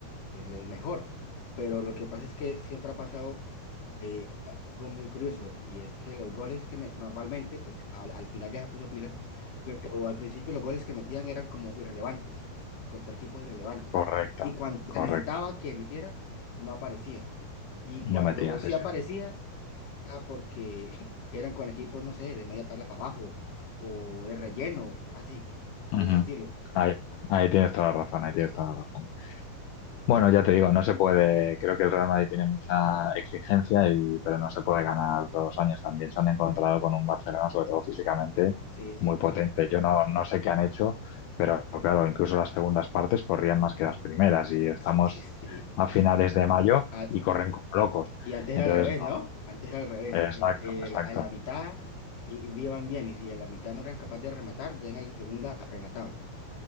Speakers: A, on the left; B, on the left.
A: pues, el mejor. Pero lo que pasa es que siempre ha pasado eh, algo muy curioso, y es que los goles que me- normalmente, pues al, al final ya se puso pila, Pero al principio los goles que metían eran como irrelevantes, contra equipos irrelevantes.
B: correcto,
A: Y cuando
B: correcto.
A: se necesitaba que metiera, no aparecía. Y cuando
B: No metía,
A: sí
B: sí,
A: aparecía,
B: sí.
A: era porque <laughs> eran con equipos, no sé, de media tabla para abajo o de relleno, así,
B: Ujú.
A: de ese estilo.
B: Ahí, ahí tienes toda la razón, ahí tienes toda la razón. Bueno, ya te digo, no se puede, creo que el Real Madrid tiene mucha exigencia y, pero no se puede ganar todos los años también. Se han encontrado con un Barcelona, sobre todo físicamente,
A: Sí, sí,
B: muy
A: también.
B: potente. Yo no, no sé qué han hecho, pero claro, incluso las segundas partes corrían más que las primeras y estamos
A: Sí, sí, sí.
B: a finales
A: <laughs>
B: de mayo
A: Ah,
B: y corren
A: y
B: como locos.
A: y antes
B: Entonces,
A: era al revés,
B: no,
A: ¿no? Antes era al revés.
B: exacto,
A: Eh,
B: exacto.
A: eh, la- a la mitad y, y iban bien, y si a la mitad no eran capaces de rematar, ya en la segunda remataban.